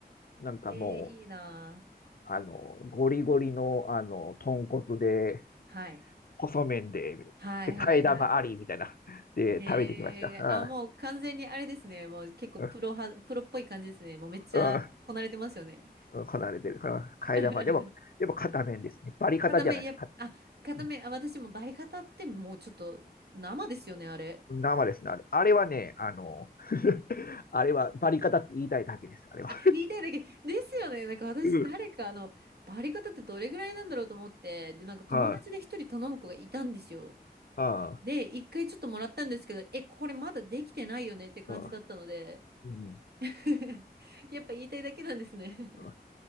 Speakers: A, on the left; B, on the right.
A: なんかも
B: えー、いいな
A: う、あの、ゴリゴリの、あの、豚骨で、
B: ぁ。はい。
A: 細麺で、
B: はいはいはい。
A: で、替え玉ありみたいな、で、
B: へえ。
A: 食べてきました。はい
B: あ、もう完全にあれですね。もう結構プロ派、
A: うん
B: プロっぽい感じですね。もうめっちゃこなれてますよね。
A: うんうんこなれてる。うん替え玉。
B: <laughs>
A: でも、でも、片面ですね。バリカタじゃないです。
B: 片目、やっ、あ、片目、
A: う
B: あ、私もバリカタってもうちょっと生ですよね、あれ。
A: ん、生ですね、あれ。あれはね、あの、<laughs> あれはバリカタって言いたいだけです、あれは。
B: あ、言いたいだけ。ですよね。なんか私、
A: うん。
B: 誰か、あの、バリカタってどれぐらいなんだろうと思って、で、なんか友達で一人頼む子がいたんですよ。
A: はい、は
B: で、一回ちょっともらったんですけど、え、これまだできてないよねって感じだったので、
A: い、はい、うん。
B: <laughs> やっぱ言いたいだけなんですね。<laughs>
A: うん